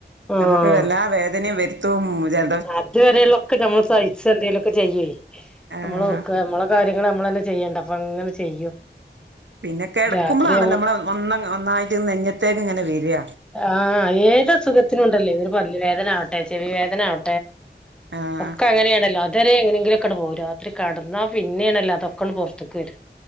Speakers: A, in the centre; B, on the right (about 80°).
A: ആഹ്
B: നമുക്ക്
A: ആഹ്
B: എല്ലാ വേദനയും വരുത്തും ജ
A: അതുവരെയുള്ളൊക്കെ നമ്മൾ സഹിച്ച എന്തെങ്കലൊക്കെ ചെയ്യേ,
B: ആഹ്
A: നമ്മള് ഓർക്ക നമ്മള് കാര്യങ്ങള് നമ്മളന്നെ ചെയ്യണ്ട അപ്പൊ അങ്ങനെ ചെയ്യും
B: പിന്നെ കിടക്കുമ്പോളാണല്ലോ
A: രാത്രി ആവു
B: നമ്മ ഒന്ന ഒന്നായിട്ട്ന്ന് നെഞ്ഞത്തേക്ക് ഇങ്ങനെ വര
A: ആഹ് ഏത് സുഖത്തിനുണ്ടല്ലേ ഒരു പല്ല് വേദനവട്ടെ, ചെവി വേദന ആവ
B: ആഹ്
A: ഒക്കെ അങ്ങനെയാണല്ലോ അ തരെ എങ്ങനെങ്കിലൊക്കങ്ങട് പോവും, രാത്രി കെടന്നാ പിന്നെയണല്ലോ അതൊക്കൊ പുറത്ത്ക്ക് വര